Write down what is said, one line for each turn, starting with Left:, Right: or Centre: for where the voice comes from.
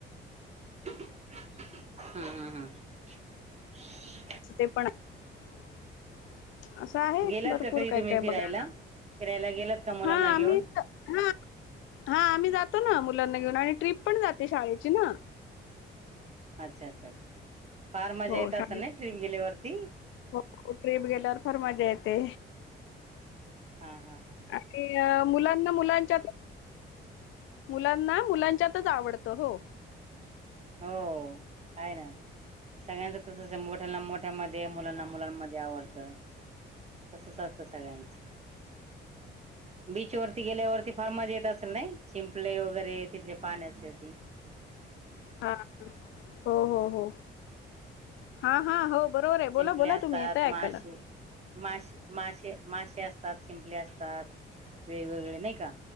Right: हा हा हा.
Left: अस ते पण आहे असं आहे
Right: गेलात
Left: भरपूर
Right: का कधी
Left: काय
Right: तुम्ही
Left: काय
Right: फिरायला
Left: बघायला.
Right: फिरायला गेलात का मुलांना
Left: हा
Right: घेऊन
Left: आम्ही हा हा आम्ही जातो ना मुलांना घेऊन आणि ट्रिप पण जाते शाळेची ना.
Right: अच्छा अच्छा. फार मजा
Left: हो
Right: येत असेल
Left: शाळेत
Right: ना ट्रिप गेल्यावरती
Left: हो ट्र्रीप गेल्यावर फार मजा येत. ते
Right: हा हा
Left: आणि मुलांना मुलांच्या मुलांना मुलांच्यातच आवडतं हो.
Right: हो आहे ना. सगळ्यांचं तस मोठ्यांना मोठ्यामध्ये मुलांना मुलांमध्ये आवडतं. तसंच असत सगळ्यांचं. बीच वरती गेल्यावरती फार मजा येत असेल नाही शिंपले वगैरे तिथले पाणी असल्याची. <unintelligible>
Left: हा हो हो हो हा हा हो. बरोबर आहे
Right: शिंपले
Left: बोला बोला
Right: असतात
Left: तुम्ही यता ऐकायला.
Right: मासे मासे मासे मासे असतात शिंपले असतात वेगवेगळे नाही का.